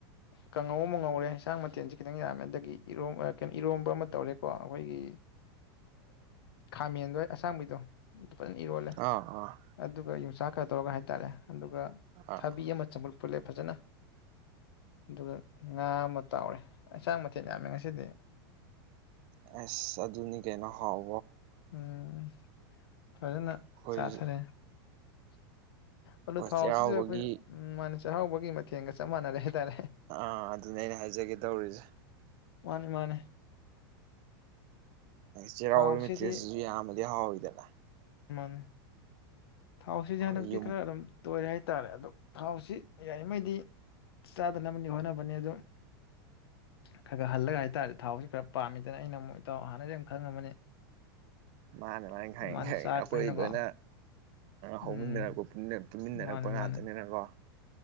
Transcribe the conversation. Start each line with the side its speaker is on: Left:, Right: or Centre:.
Left: ꯀꯥꯡꯉꯧ ꯑꯃ ꯉꯧꯔꯦ ꯑꯦꯟꯁꯥꯡ ꯃꯊꯦꯜꯁꯦ ꯈꯤꯇꯪ ꯌꯥꯝꯃꯦ ꯑꯗꯒꯤ ꯏ ꯀꯩꯅꯣ ꯏꯔꯣꯝꯕ ꯑꯃ ꯇꯧꯔꯦꯀꯣ ꯑꯩꯈꯣꯏꯒꯤ ꯈꯥꯃꯦꯟꯗꯣ ꯑꯁꯥꯡꯕꯤꯗꯣ ꯐꯅ ꯏꯔꯣꯜꯂꯦ
Right: ꯑꯥ ꯑꯥ
Left: ꯑꯗꯨꯒ ꯌꯣꯡꯁꯥꯛ ꯈꯔ ꯇꯧꯔꯒ ꯍꯥꯏꯇꯥꯔꯦ ꯑꯗꯨꯒ
Right: ꯑꯥ
Left: ꯊꯕꯤ ꯑꯃ ꯆꯃꯠ ꯄꯨꯂꯦꯞ ꯐꯖꯅ ꯑꯗꯨꯒ ꯉꯥ ꯑꯃ ꯇꯥꯎꯔꯦ ꯑꯦꯟꯁꯥꯡ ꯃꯊꯦꯜ ꯌꯥꯝꯃꯦ ꯉꯁꯤꯗꯤ
Right: ꯑꯦꯁ ꯑꯗꯨꯅꯤ ꯀꯩꯅꯣ ꯍꯥꯎ
Left: ꯎꯝ ꯐꯖꯅ
Right: ꯑꯩꯈꯣꯏ
Left: ꯆꯥꯊꯔꯦ ꯍꯜꯂꯣ ꯊꯥꯎꯁꯤ
Right: ꯆꯩꯔꯥꯎꯕꯒꯤ
Left: ꯑꯩꯈꯣꯏ ꯎ ꯃ ꯆꯩꯔꯍꯥꯎꯒꯤꯊꯦꯡꯒ ꯆꯞ ꯃꯥꯟꯅꯔꯦ ꯍꯥꯏꯇꯥꯔꯦ
Right: ꯑꯥ ꯑꯗꯨꯅꯦ ꯑꯩꯅ ꯍꯥꯏꯖꯒꯦ ꯇꯧꯔꯤꯁꯦ
Left: ꯃꯥꯅꯦ ꯃꯥꯅꯦ
Right: ꯆꯩꯔꯥꯎꯕ
Left: ꯊꯥꯎꯁꯤꯗꯤ
Right: ꯃꯦꯇ꯭ꯔꯦꯁꯤꯁꯨ ꯌꯥꯝꯃꯗꯤ ꯍꯥꯎꯋꯤꯗꯅ
Left: ꯎ ꯊꯥꯎꯁꯤꯗꯤ
Right: ꯑꯩꯈꯣꯏ
Left: ꯍꯟꯗꯛꯇꯤ
Right: ꯌꯨꯝ
Left: ꯈꯔ ꯑꯗꯨꯝ ꯇꯣꯏꯔꯦ ꯍꯥꯏꯇꯥꯥꯔꯦ ꯑꯗꯣ ꯊꯥꯎꯁꯤ ꯌꯥꯔꯤꯉꯩꯗꯤ ꯆꯥꯗꯅꯕꯅꯤ ꯍꯣꯠꯅꯕꯅꯤ ꯑꯗꯨꯝ ꯈꯔ ꯈꯔ ꯍꯜꯂꯒ ꯍꯥꯏꯇꯥꯥꯔꯦꯗꯤ ꯊꯥꯎꯁꯤ ꯈꯔ ꯄꯥꯝꯃꯤꯗꯅ ꯑꯩꯅ ꯑꯃꯨꯛ ꯏꯇꯥꯎ ꯍꯥꯟꯅꯗꯒꯤ ꯈꯪꯉꯝꯃꯅꯤ
Right: ꯃꯥꯅꯦ ꯃꯥꯅꯤ
Left: ꯃꯥꯅ
Right: ꯈꯥꯏꯉꯦ ꯈꯥꯏꯉꯦ
Left: ꯆꯥꯔꯛꯄꯅꯤꯅꯀꯣ
Right: ꯑꯩꯈꯣꯏ ꯂꯣꯏꯅ
Left: ꯎꯝ
Right: ꯍꯧꯃꯤꯟꯅꯔꯛꯄ ꯄꯨꯟꯃꯤꯟꯅꯔꯛꯄ
Left: ꯃꯥꯅꯦ
Right: ꯉꯥꯛꯇꯅꯤꯅꯔꯣ
Left: ꯃꯥꯅꯦ